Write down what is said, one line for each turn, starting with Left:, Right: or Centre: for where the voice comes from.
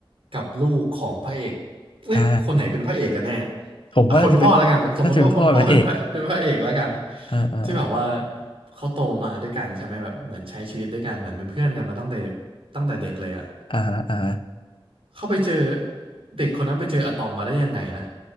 Right: กับลูกของพระเอกเอ้ยคนไหนเป็นพระเอกกันแน่
Left: อ่า ผมว่าน่าจะเป็น
Right: อ่ะคนพ่อแล้วกันสมมติว่าคนพ่อเป็นพระ
Left: น่าจะเป็นพ่อเป็นพระเอก
Right: <laughs> เป็นพระเอกแล้วกัน
Left: อ่าอ่า
Right: ที่แบบว่าเขาโตมาด้วยกันใช่ไหมแบบเหมือนใช้ชีวิตด้วยกันเหมือนเป็นเพื่อนกันมาตั้งแต่ตั้งแต่เด็กเลยอะ
Left: อ่าอ่าอ่า
Right: เขาไปเจอเด็กคนนั้นไปเจออะตอมมาได้ยังไงนะ